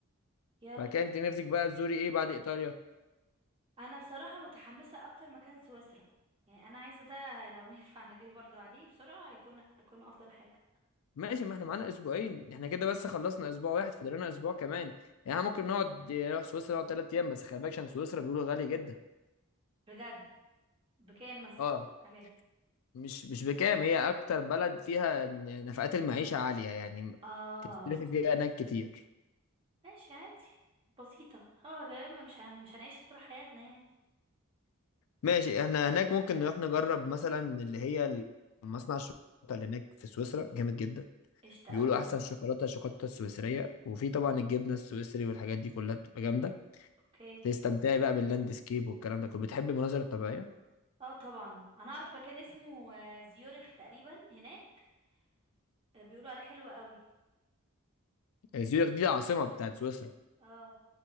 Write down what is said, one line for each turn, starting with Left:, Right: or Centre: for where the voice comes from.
Right: يلا
Left: بعد كده انت نفسك بقى تزوري ايه بعد ايطاليا
Right: انا بصراحه متحمسه اكتر مكان سويسرا يعني انا عايزه ده لو <laughs> ينفع نجري برضو عليه بسرعه يكون يكون افضل حاجه
Left: ماشي ما احنا معانا اسبوعين احنا كده بس خلصنا اسبوع واحد فاضل لنا اسبوع كمان يعني احنا ممكن نقعد نروح سويسرا نقعد ثلاث ايام بس خلي بالك عشان سويسرا بيقولوا غالي جدا
Right: بجد بكام مثلا
Left: اه
Right: حاجات
Left: مش مش بكام هي اكتر بلد فيها ن- نفقات المعيشة عالية يعني م-
Right: اه
Left: تصرفي فيها هناك كتير
Right: ماشي عادي بسيطه اه يا جماعة مش هن... مش هنعيش طول حياتنا يعني
Left: ماشي احنا هناك ممكن نروح نجرب مثلا اللي هي ال- مصنع الشوكولاتة اللي هناك في سويسرا جامد جدا
Right: قشطه
Left: بيقولوا
Right: قوي
Left: احسن
Right: ده
Left: شوكولاتة الشوكولاتة السويسرية وفي طبعا الجبنة السويسري والحاجات دي كلها بتبقى جامدة
Right: اوكي
Left: تستمتعي بقى باللاندسكيب والكلام ده كله بتحبي المناظر الطبيعية
Right: اه طبعا انا اعرف مكان اسمه آه، زيورخ تقريبا هناك آه، بيقولوا عليه حلو قوي
Left: آه، زيورخ دي العاصمة بتاعت سويسرا
Right: اه